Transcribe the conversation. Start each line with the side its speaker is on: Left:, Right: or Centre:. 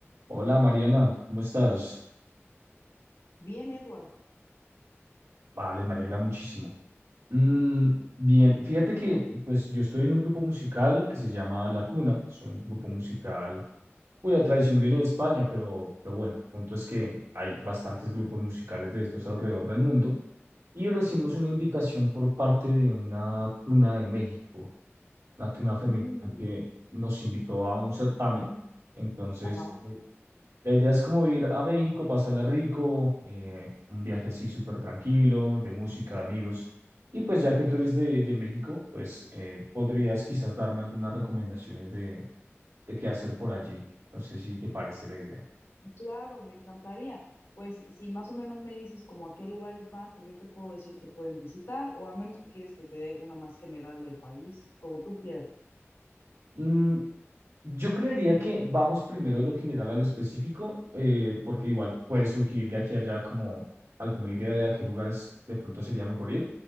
Right: Hola Mariana, ¿cómo estás?
Left: Bien, Edward.
Right: Vale, me alegra muchísimo. Mm, bien, fíjate que pues yo estoy en un grupo musical que se llama La Tuna, es un grupo musical cuya tradición viene de España, pero, pero bueno, el punto es que hay bastantes grupos musicales de estos alrededor del mundo y recibimos una invitación por parte de una tuna de México, una tuna femenina
Left: Mm,
Right: que nos invitó a un certamen, entonces...
Left: ajá.
Right: eh, La idea es como ir a México, pasarla rico, eh, un viaje así súper tranquilo, de música, de amigos. Y pues ya que tú eres de, de México, pues eh, podrías quizás darme algunas recomendaciones de, de qué hacer por allí. No sé si te parece la idea.
Left: Claro, me encantaría. Pues si más o menos me dices como a qué lugares van, pues yo te puedo decir que pueden visitar, o a menos que quieres que te dé una más general del país, como tú quieras.
Right: Mm, yo creería que vamos primero de lo general a lo específico, eh, porque igual puede surgir de aquí a allá como alguna idea de a qué lugares de pronto sería mejor ir.